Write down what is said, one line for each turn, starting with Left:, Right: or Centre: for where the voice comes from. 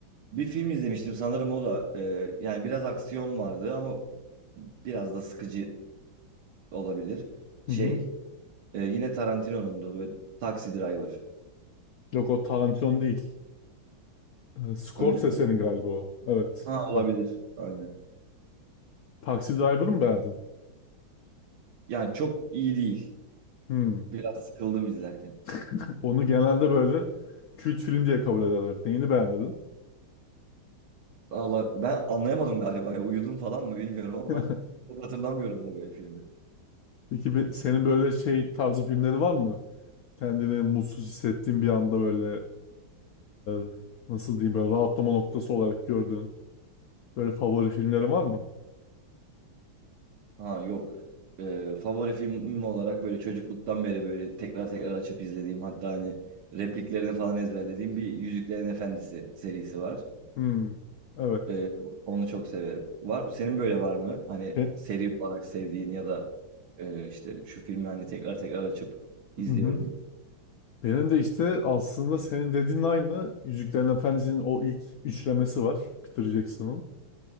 Right: bir film izlemiştim sanırım o da e, yani biraz aksiyon vardı ama biraz da sıkıcı olabilir. Şey
Left: Hı hı.
Right: e, yine Tarantino'nun da böyle Taxi Driver.
Left: Yok o Tarantino değil. Ee, Scorsese'nin
Right: Öyle mi?
Left: galiba o. Evet.
Right: Ha olabilir.
Left: Bak,
Right: Aynen.
Left: Taxi Driver'ı mı beğendin?
Right: Yani çok iyi değil.
Left: Hmm.
Right: Biraz sıkıldım izlerken.
Left: <laughs> Onu genelde böyle kült film diye kabul ederler. Neyini beğenmedin?
Right: Valla ben anlayamadım galiba ya. Uyudum falan mı bilmiyorum ama
Left: <laughs>
Right: çok hatırlamıyorum da böyle filmi.
Left: Peki bir- senin böyle şey tarzı filmleri var mı? Kendini mutsuz hissettiğin bir anda böyle e, nasıl diyeyim böyle rahatlama noktası olarak gördüğün böyle favori filmlerin var mı?
Right: Ha yok. Ee, favori filmim olarak böyle çocukluktan beri böyle tekrar tekrar açıp izlediğim hatta hani repliklerini falan ezberlediğim bir Yüzüklerin Efendisi serisi var.
Left: Hmm, evet.
Right: Ee, onu çok severim. Var, senin böyle var mı? Hani
Left: Ben,
Right: seri olarak sevdiğin ya da e, işte şu filmi hani tekrar tekrar açıp izliyorum.
Left: Hı hı. Benim de işte aslında senin dediğin aynı Yüzüklerin Efendisi'nin o ilk üçlemesi var Peter Jackson'ın.